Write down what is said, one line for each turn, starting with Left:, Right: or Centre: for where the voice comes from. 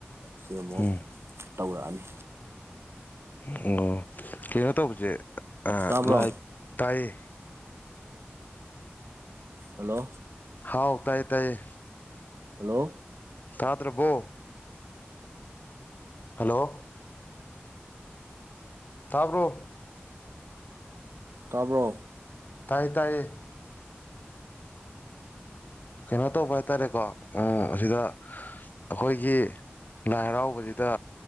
Right: ꯁꯦꯝꯃ ꯑꯣ
Left: ꯎꯝ
Right: ꯇꯧꯔꯛꯑꯅꯤ
Left: ꯑꯣ ꯀꯩꯅꯣ ꯇꯧꯕꯁꯦ
Right: ꯇꯥꯕ꯭ꯔꯣ
Left: ꯂꯥꯏ ꯇꯥꯏꯌꯦ
Right: ꯍꯜꯂꯣ
Left: ꯍꯥꯎ ꯇꯥꯏ ꯇꯥꯏꯌꯦ
Right: ꯍꯜꯂꯣ
Left: ꯊꯥꯗ꯭ꯔꯕꯣ ꯍꯜꯂꯣ ꯊꯥꯕ꯭ꯔꯣ
Right: ꯇꯥꯕ꯭ꯔꯣ
Left: ꯇꯥꯏꯌꯦ ꯇꯥꯏꯌꯦ ꯀꯩꯅꯣ ꯇꯧꯕ ꯍꯥꯏ ꯇꯔꯦꯀꯣ ꯑꯁꯤꯗ ꯑꯩꯈꯣꯏꯒꯤ ꯂꯥꯏ ꯍꯔꯥꯎꯕꯁꯤꯗ